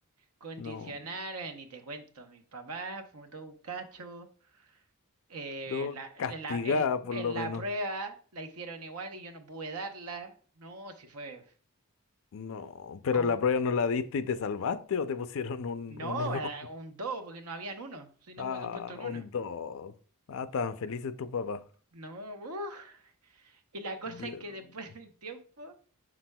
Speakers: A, on the right (about 80°); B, on the left (about 65°).
A: Condicionaron,
B: No,
A: eh, ni te cuento, mi papá fue todo un cacho. eh,
B: no
A: la,
B: castigada
A: la, el-
B: por
A: en
B: lo menos.
A: la prueba la hicieron igual y yo no pude darla. No, si fue
B: No, pero
A: como...
B: la prueba no la diste y te salvaste o te pusieron un,
A: No,
B: un uno.
A: era
B: <laughs>
A: un 2 porque no habían uno, si no
B: Ah,
A: me hubiese puesto un uno.
B: un dos. Ah, estaban felices tu papá.
A: No, uf. Y la cosa
B: Ya.
A: es que después de un tiempo,